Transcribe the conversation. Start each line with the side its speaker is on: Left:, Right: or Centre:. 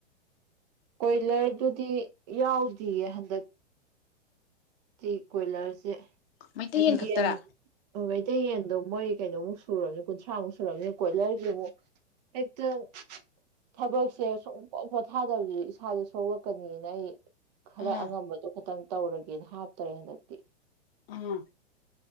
Right: ꯀꯣꯏꯂꯔꯗꯨꯗꯤ ꯌꯥꯎꯗꯤꯌꯦ ꯍꯟꯗꯛ ꯆꯤ ꯀꯣꯏꯂꯔꯁꯦ
Left: ꯃꯩꯇꯩ
Right: ꯑꯩ
Left: ꯈꯛꯇꯔꯥ
Right: ꯌꯦꯟ ꯑꯣ ꯃꯩꯇꯩ ꯌꯦꯟꯗꯣ ꯃꯣꯏ ꯀꯩꯅꯣꯃꯨꯛ ꯁꯨꯔꯝꯅꯤ ꯀꯨꯟꯊ꯭ꯔꯥꯃꯨꯛ ꯁꯨꯔꯝꯅꯤꯅ ꯀꯣꯏꯂꯔꯖꯦ ꯃꯨꯛ ꯍꯦꯛꯇꯥ ꯊꯕꯛꯁꯦ ꯁꯨꯡꯄꯣ ꯄꯣꯠꯊꯥꯗꯕꯖꯦ ꯏꯁꯥꯥꯖꯦ ꯁꯣꯛꯂꯛꯀꯅꯤꯅ ꯑꯩ ꯈꯔ
Left: ꯑꯥ
Right: ꯑꯉꯝꯕꯗꯣ ꯈꯇꯪ ꯇꯧꯔꯒꯦꯅ ꯍꯥꯞꯇꯔꯦ ꯍꯟꯗꯛꯇꯤ
Left: ꯑꯥ